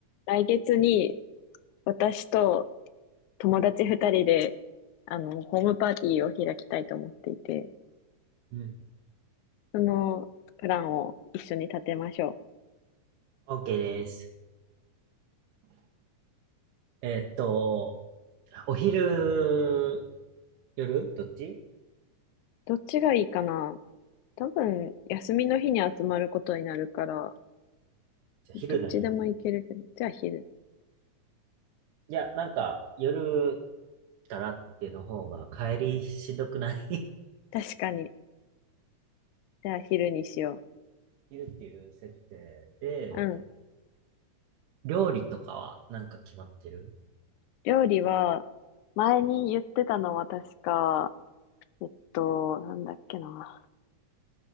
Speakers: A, on the left (about 80°); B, on the right (about 85°).
A: 来月に私と友達二人で、あの、ホームパーティーを開きたいと思っていて、
B: うん。
A: そのプランを一緒に立てましょう。
B: OK です。えーっと、お昼、夜どっち
A: どっちがいいかな多分、休みの日に集まることになるから、
B: じゃ昼だね。
A: どっちでもいけるけど、じゃあ昼。
B: いや、なんか、夜からっていうの方が帰りしんどくない
A: 確かに。じゃあ昼にしよ
B: <laughs> 昼っていう設定で、
A: う。うん。
B: 料理とかはなんか決まってる
A: 料理は、前に言ってたのは確か、えっと、なんだっけな。